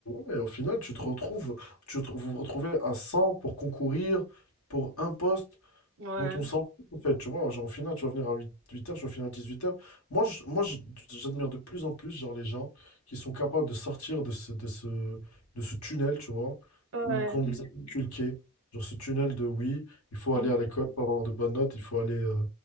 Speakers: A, on the left; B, on the right.
A: ouais, au final, tu te retrouves, tu te- vous vous retrouvez à 100 pour concourir pour un poste
B: Ouais.
A: dont on s'en fout, en fait, tu vois, genre, au final, tu vas venir à 8, h tu vas finir à 18h. Moi, je- moi je- j'admire de plus en plus, genre, les gens qui sont capables de sortir de ce, de ce, de ce tunnel, tu vois,
B: Ouais.
A: ou qu'on nous a Mhm. inculqué, genre, ce tunnel de, oui, il faut
B: Mhm.
A: aller à l'école pour avoir de bonnes notes, il faut aller euh,